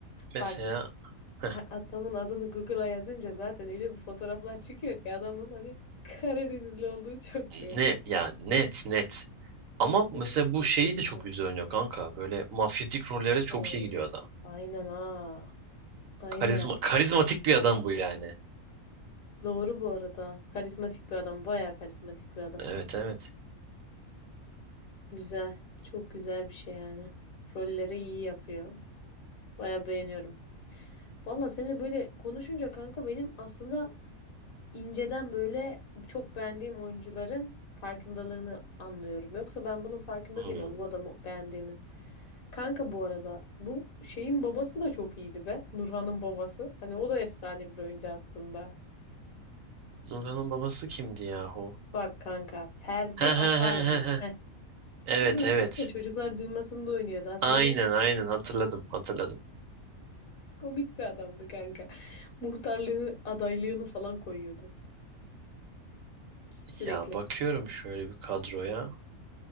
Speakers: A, on the right; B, on the left.
A: Mesela
B: Bak
A: heh.
B: ha- adamın adını Google'a yazınca zaten öyle bir fotoğraflar çıkıyor ki adamın hani Karadenizli olduğu çok belli.
A: Ne ya net net. Ama
B: Nedir?
A: mesela bu
B: Çok
A: şeyi
B: keyifli.
A: de çok güzel oynuyor kanka. Böyle mafyatik rollere çok
B: Oo,
A: iyi gidiyor adam.
B: aynen ha. Aynen.
A: Karizma, karizmatik bir adam bu yani.
B: Doğru bu arada. Karizmatik bir adam. Bayağı karizmatik bir adam.
A: Evet evet.
B: Güzel. Çok güzel bir şey yani. Rolleri iyi yapıyor. Bayağı beğeniyorum. Valla seninle böyle konuşunca kanka benim aslında inceden böyle çok beğendiğim oyuncuların farkındalığını anlıyorum. Yoksa ben bunun farkında
A: Hmm.
B: değilim ama bu adamı beğendiğimin. Kanka bu arada bu şeyin babası da çok iyiydi be. Nurhan'ın babası. Hani o da efsane bir oyuncu aslında.
A: Nurhan'ın babası kimdi yahu?
B: Bak kanka Ferdi
A: He he he
B: Akar'mış.
A: he he. Evet
B: Bu da
A: evet.
B: ne? çocuklar duymasında oynuyordu hatırlıyor
A: Aynen
B: musun?
A: aynen hatırladım hatırladım.
B: Komik bir adamdı kanka. Muhtarlığı adaylığını falan koyuyordu sürekli.
A: Ya bakıyorum şöyle bir kadroya.